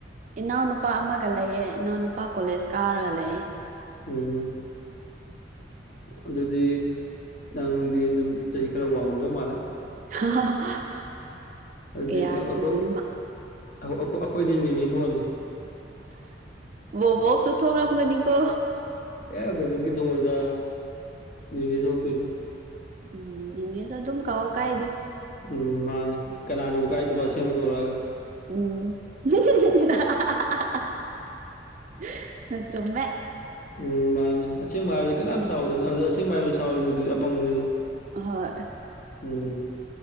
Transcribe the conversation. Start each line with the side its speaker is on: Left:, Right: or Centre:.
Right: ꯏꯅꯥꯎꯅꯨꯄꯥ ꯑꯃꯒ ꯂꯩꯌꯦ ꯏꯅꯥꯎꯅꯨꯄꯥ ꯀꯣꯂꯦꯖ ꯀꯥꯔꯒ ꯂꯩ
Left: ꯎꯝ ꯑꯗꯨꯗꯤ ꯅꯪꯗꯤ ꯑꯗꯨꯝ ꯆꯍꯤ ꯈꯔ ꯋꯥꯡꯉꯝꯗꯧ ꯃꯥꯜꯂꯦ
Right: <unintelligible>
Left: ꯗꯨꯗꯤ
Right: ꯀꯌꯥ
Left: ꯑꯩꯈꯣꯏ
Right: ꯁꯨꯒꯅꯤ ꯃꯥ
Left: ꯑꯩꯈꯣꯏꯗꯩ ꯅꯤꯅꯤ ꯊꯣꯛꯑꯅꯤ
Right: ꯕꯣꯕꯣꯛꯁꯨ ꯊꯣꯛꯀꯝ ꯒꯅꯤꯀꯣ
Left: ꯑꯦ ꯕꯣꯕꯣꯛꯇꯤ ꯊꯣꯑꯣꯏꯗ ꯅꯤꯅꯦ ꯊꯣꯛꯇꯣꯏꯅꯦ
Right: ꯎꯝ ꯏꯅꯦꯁꯨ ꯑꯗꯨꯝ ꯀꯥꯎꯑꯣ ꯀꯥꯏꯗꯤ
Left: ꯎꯝ ꯃꯥꯅꯦ ꯀꯅꯥꯅꯕꯨ ꯀꯥꯏꯗꯕ ꯑꯁꯦꯡꯕ ꯀꯧꯔꯛꯑꯒ
Right: ꯎꯝ <unintelligible> ꯆꯨꯝꯃꯦ
Left: ꯎꯝ ꯃꯥꯅꯦ ꯑꯁꯦꯡꯕ ꯍꯥꯏꯕꯁꯤ ꯀꯅꯥꯝ ꯁꯥꯎꯗꯕꯅꯤ ꯑꯗꯨꯗ ꯑꯁꯦꯡꯕ ꯍꯥꯏꯕꯌ ꯁꯥꯎꯔꯤ ꯃꯤꯗꯨꯗꯤ ꯑꯄꯪꯕꯅꯤꯗ
Right: ꯍꯣꯏ
Left: ꯎꯝ